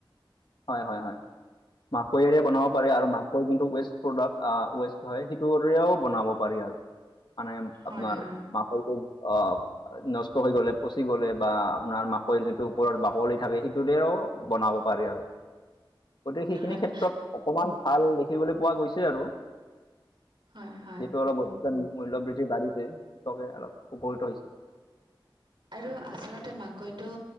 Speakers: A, on the left; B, on the right.
A: হয় হয় হয়, মাকৈৰে বনাব পাৰে আৰু মা যোনটো ৱেষ্ট প্ৰডাক্ট ৱেষ্ট হয়, সেইটোৰেও বনাব পাৰি আৰু। মানে
B: হয়
A: আপোনাৰ
B: হয়
A: মাকৈটো অহ। নষ্ট হৈ গলে পচি গলে বা আপোনাৰ মাকৈৰ যোনটো ওপৰত বাকলি থাকে সেইটোতেও বনাব পাৰি আৰু গতিকে সেইখিনি
B: হয়
A: ক্ষেত্ৰত অকমান ভাল দেখিবলৈ পোৱা গৈছে আৰু
B: হয় হয়
A: যিহেতু অলপ বৰ্তমান মূল্যয় বৃদ্ধি বাঢ়িছে, কৃষকে অলপ উপকৃত হৈছে',
B: আৰু আচলতে মাকৈটো